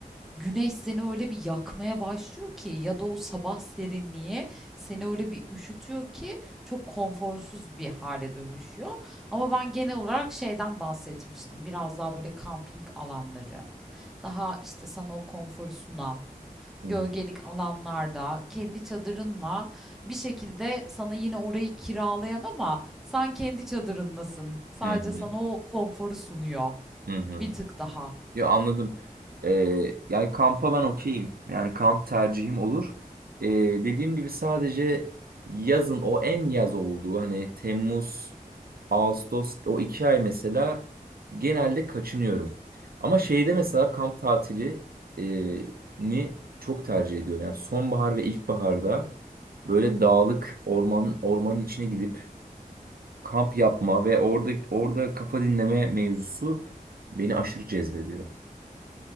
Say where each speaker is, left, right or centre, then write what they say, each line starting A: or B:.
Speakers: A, in the centre; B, on the right.
A: güneş seni öyle bir yakmaya başlıyor ki ya da o sabah serinliği seni öyle bir üşütüyor ki çok konforsuz bir hale dönüşüyor. Ama ben genel olarak şeyden bahsetmiştim. Biraz daha böyle kamping alanları, daha işte sana o konforu sunan,
B: Hı
A: gölgelik
B: hı.
A: alanlarda kendi çadırınla bir şekilde sana yine orayı kiralayan ama sen kendi çadırınlasın. Sadece
B: Hı hı.
A: sana o konforu sunuyor
B: Hı hı.
A: bir tık daha.
B: Ya anladım. E, yani kampa ben okeyim. Yani kamp tercihim olur. E, dediğim gibi sadece yazın o en yaz olduğu hani Temmuz Ağustos o iki ay mesela genelde kaçınıyorum. Ama şeyde mesela kamp tatili e, ni çok tercih ediyorum. Yani sonbahar ve ilkbaharda böyle dağlık orman ormanın içine gidip kamp yapma ve orada orada kafa dinleme mevzusu beni aşırı cezbediyor.